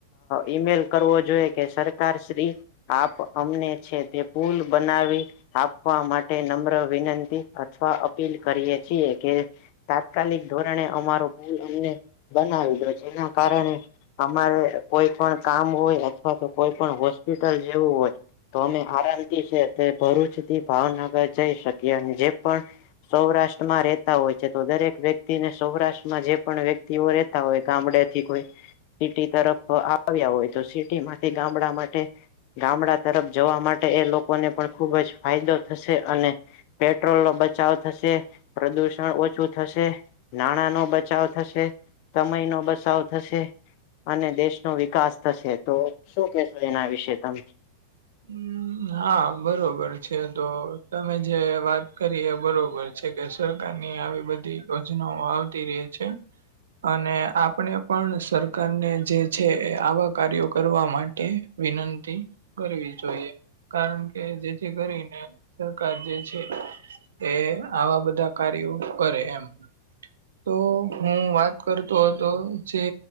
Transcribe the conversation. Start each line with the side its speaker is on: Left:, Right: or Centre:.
Left: ઈમેલ કરવો જોઈએ કે સરકાર શ્રી આપ અમને છે તે પુલ બનાવી આપવા માટે નમ્ર વિનંતી અથવા અપીલ કરીએ છીએ કે તાત્કાલિક ધોરણે અમારો પુલ અમને બનાવી દો જેના કારણે અમારે કોઈ પણ કામ હોય અથવા તો કોઈ પણ હોસ્પિટલ જેવું હોય તો અમે આરામથી છે તે ભરૂચ થી ભાવનગર જઈ શકીએ અને જે પણ સૌરાષ્ટ્રમાં રહેેતા હોય છે તો દરેક વ્યક્તિને સૌરાષ્ટ્રમાં જે પણ વ્યક્તિઓ રહેતા હોય ગામડેથી કોઈ સિટી તરફ આવ્યા હોય તો સિટી માંથી ગામડા માટે ગામડા તરફ જવા માટે એ લોકોને પણ ખુબ જ ફાયદો થશે અને પેટ્રોલ નો બચાવ થશે પ્રદુષણ ઓછું થશે નાણાં નો બચાવ થશે સમય નો બચાવ થશે અને દેશનો વિકાસ થશે તો શું કેશો એના વિશે તમે
Right: હમ હા, બરોબર છે તો તમે જે વાત કરી એ બરોબર છે છે કે સરકાર ની આવી બધી યોજનાઓ આવતી રે છે અને આપણે પણ સરકારને જે છે એ આવા કાર્યો કરવા માટે કે વિનંતી કરવી જોઈએ કારણ કે જેથી કરીને સરકાર જે છે એ આવા બધા કાર્યો કરે એમ
Left: <unintelligible>
Right: તો હું વાત કરતો હતો જે